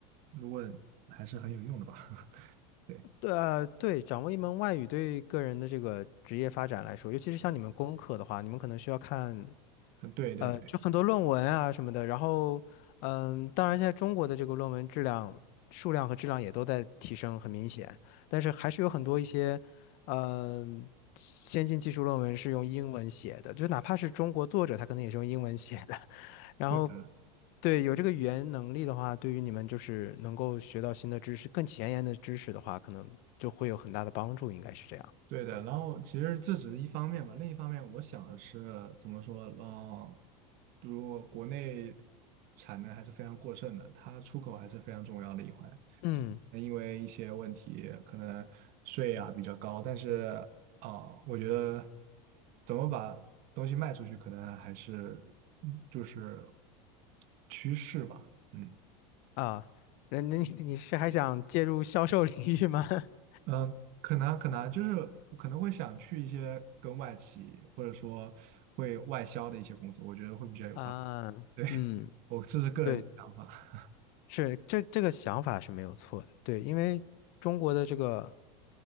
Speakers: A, on the right; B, on the left.
A: 如果还是很有用的吧。<laughs> 对，
B: 对，呃，对，掌握一门外语对个人的这个职业发展来说，尤其是像你们工科的话，你们可能需要看。
A: 嗯对对对
B: 呃，就很多论文啊什么的，然后，嗯，当然现在中国的这个论文质量、数量和质量也都在提升，很明显，但是还是有很多一些，嗯、先进技术论文是用英文写的，就哪怕是中国作者，他可能也是用英文写的。<laughs> 然后，
A: 对的
B: 对，有这个语言能力的话，对于你们就是能够学到新的知识、更前沿的知识的话，可能就会有很大的帮助，应该是这样。
A: 对的。然后其实这只是一方面吧，另一方面，我想的是怎么说，嗯，如果国内产能还是非常过剩的，它出口还是非常重要的一环。
B: 嗯
A: 那因为一些问题，可能税啊比较高，但是啊、呃我觉得怎么把东西卖出去，可能还是嗯就是趋势吧，嗯
B: 啊，那那你你是还想介入销售领域吗？<laughs>
A: 嗯、呃可能可能就是可能会想去一些跟外企或者说会外销的一些公司，我觉得会比较有发，
B: 啊，
A: 对，
B: 嗯，
A: <laughs> 我这是个人的想法，
B: 对，是这这个想法是没有错的，对，因为中国的这个，